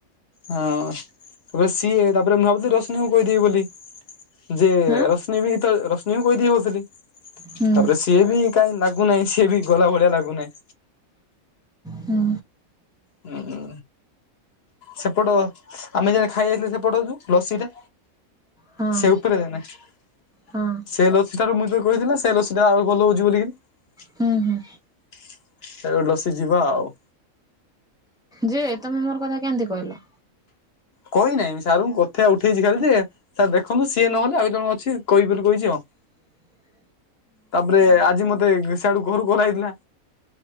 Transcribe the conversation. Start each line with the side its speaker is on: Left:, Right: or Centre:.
Left: ହଁ ତାପରେ ସିଏ, ତାପରେ ମୁଁ ଭାବୁଥିଲି, - ରଶନୀଙ୍କୁ କହିଦେବି ବୋଲି ଯେ
Centre: ହଁ।
Left: ରଶ୍ମି ବି ତ ରଶ୍ମି ବି କହିଦେଇ ବ
Centre: ହୁଁ
Left: ତାପରେ ସିଏ ବି କାହିଁ ଲାଗୁନାହିଁ ସିଏ ବି ଗଲା ଭଳିଆ ଲାଗୁନାହିଁ
Centre: ହୁଁ।
Left: ହୁଁ ସେପଟ ଆମେ ଯେନ୍ ଖାଇଯାଇଥିଲୁ ସେପଟ ଯଉ ଲସିଟା
Centre: ହଁ
Left: ସେପରେ ନା <unintelligible>
Centre: ହଁ
Left: ସେ ଲସିଠାରୁ ମୁଁ କହିଥିଲିନା, ସେ ଲସି ଆ ଭଲ ହଉଛି ବୋଲିିକି।
Centre: ହୁଁ ହୁଁ
Left: ଏ ଉଲସି ଯିବା ଆଉ।
Centre: ଯେ ତମେ ମୋର କଥା କେମିତି କହିଲ?
Left: କହିନାହିଁ ସାର୍ଁ କଥା ଉଠେଇଛି ଖାଲି ଯେ, ସାର୍ ଦେଖନ୍ତୁ, ସିଏ ନହେଲେ ଆଉ ଜଣ ଅଛି, କହିବି ବୋଲି କହିଛି ଆଉ।
Centre: <inaudible>
Left: ତାପରେ ଆଜି ମତେ ଘସାଡୁ ଘରୁ କରା ହେଇଥିଲା।